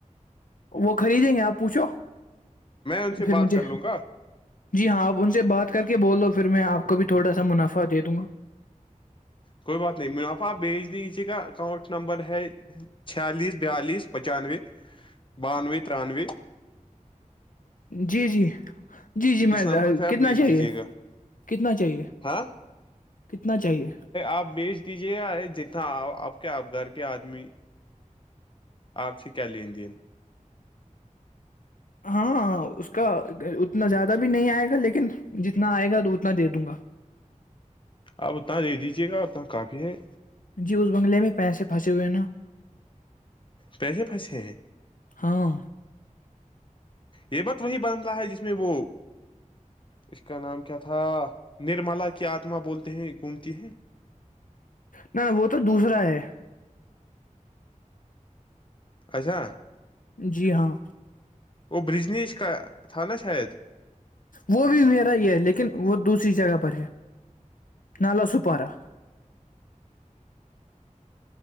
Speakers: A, on the left; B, on the left.
A: وہ خریدیں گے آپ پوچھو
B: میں ان سے
A: پھر
B: بات
A: مجھے
B: کر لوں گا
A: جی ہاں آپ ان سے بات کر کے بول دوو پھر میں آپ کو بھی تھوڑا سا منافع دے دوں گا
B: کوئی بات نہیں مناپا آپ بیج دییے کا اکانٹ نمبر ہے چھیالیس بیالیس پچانوے بانوے ترانے
A: جی جی جی جی میں
B: اس نمبر پہ آپ
A: کتنا
B: بھیج
A: چاہیے
B: دیجیے گا
A: کتنا چاہیے
B: ہاں
A: کتنا چاہیے
B: آپ بیج دیجے گا ارے جتنا آپ کے گھر کے آدمی آپ سے کیا لندین
A: ہاں اس کا اتنا زیادہ بھی نہیں آئے گا لیکن جتنا آئے گا اتنا دے دوں گا
B: آپت دج دیجیے گا اور وہاں کافی ہے
A: جی اس بنگلے میں پیسے پھنسے ہوئے نا
B: پیسے پھنسے ہیں
A: ہاں
B: یہ بت وہی بنتا ہے جس میں وہ اس کا نام کیا تھا نرملا کی آتما بولتے ہیں گھومتی ہیں
A: نہ نہ وہ تو دوسرا ہے
B: اچھا
A: جی ہاں
B: وہ برجنیج کا تھا نا شاید
A: وہ بھی میرا ہی ہے لیکن وہ دوسری جگہ پر ہے نالا سپارا